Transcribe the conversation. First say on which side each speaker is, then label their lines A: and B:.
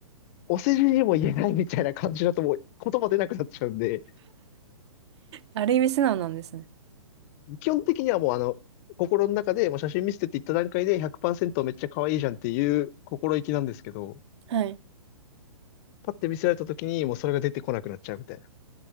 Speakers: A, on the left; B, on the right.
A: お世辞にも言えないみたいな感じだともう言葉出なくなっちゃうんで、
B: ある意味素直なんですね。
A: 基本的にはもうあの、心の中でもう写真見せてって言った段階で100%めっちゃ可愛いじゃんっていう心意気なんですけど、
B: はい。
A: パッて見せられた時にもうそれが出てこなくなっちゃうみたいな